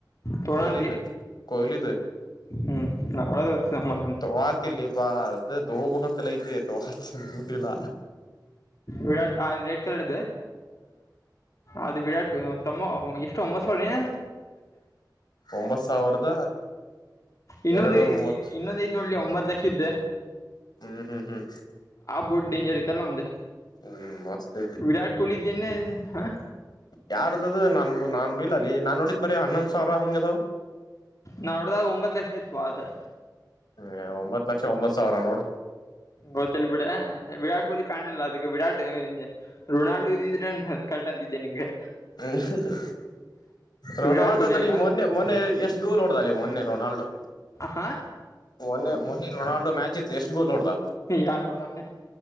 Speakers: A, on the left; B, on the left.
A: ತೋಣ
B: ಕೊಯಲಿದೆ
A: ಅಂತಿ
B: ಕೊಯಲಿದೆ
A: ಹ್ಮ್ ನಮ್ಮದನ್ನ
B: ತ ಆತಿಲ್ಲಿ. ವಾ ಅದೇ ತಗೋಬೇಕಂತೆಲ್ಲ ಐತಿ ತೋ ದುಡ್ ಇಲ್ಲ.
A: ವಿರಾಟ್ ರೆಡ್ ಕಲರ್ ಇದು ಅದು ವಿರಾಟ್ ತಮ್ಮ. ಎಷ್ಟೊಂಬತ್ತು ಸಾವರಿ.
B: ಒಂಬತ್ ಸಾವಿರದ.
A: ಇನ್ನೊಂದ
B: ಎರಡ್ನೂರ್ ಮೂವತ್
A: ಇನ್ನೊಂದ ಐತ್ ನೋಡ್ಲಿ ಒಂಬತ್ ಲಕ್ಷ ಇದ್.
B: ಹ್ಮ್ ಹ್ಮ್ ಹ್ಮ್.
A: ಬುಟ್ ಡೇಂಜರ್ ಐತಲ್ಲ ಒಂದ
B: ಹ್ಮ್ ಮಸ್ತ್
A: ವಿರಾಟ್ ಕೊಹ್ಲಿ ಇದ್ದೇನೆೇ ಹಾ.
B: ಯಾರ್ದ್ದ ನನ್ಗು ನಾ ಇಲ್ಲಲ್ಲಿ ನಾನ್ ನೋಡಿದ್ ಬರೀ ಹನ್ನೊಂದ್ ಸಾವಿರ ಹಿಂಗ ಅದಾವ್.
A: ನಾ ನೋಡಿದಾಗ ಒಂಬತ್ತು ಲಕ್ಷ ಇತ್ತು ಬಾ ಅದು
B: ಹ್ಮ ಒಂಬತ್ ಲಕ್ಷ ಒಂಬತ್ತು ಸಾವಿರ ನೋಡ.
A: ಗೊತ್ತಲ್ ಬಿಡ ವಿರಾಟ್ ಕೊಹ್ಲಿ ಫ್ಯಾನ್ ಎಲ್ಲಾ ಅದಕ್ಕೆ ವಿರಾಟ್ ರೊನಾಲ್ಡು ಇದಿದ್ರೆ ಕ. ತಂದಿದ್ದೆ ನಿನ್ಗೆ.
B: ಹ್ಮ. ರೊನಾಲ್ಡೊ
A: ವಿರಾಟ್ ಕೊಹ್ಲಿ
B: ತರಿ
A: ಅಲ್ಲ
B: ಈ ಮೊನ್ನೆ ಮೊನ್ನೆ ಎಷ್ಟು ಗೋಲ್ ಹೊಡ್ದಳೆ ಮೊನ್ನೆ ರೊನಾಲ್ಡೊ.
A: ಹಾ
B: ಮೊನ್ನೆ ಮೊನ್ನೆ ರೊನಾಲ್ಡೋ ಮ್ಯಾಚ್ ಇತ್ತು ಎಷ್ಟು ಗೋಲ್ ಹೊಡ್ದ.
A: ಯಾರ್ ಹುಡ್ದಾನೆ.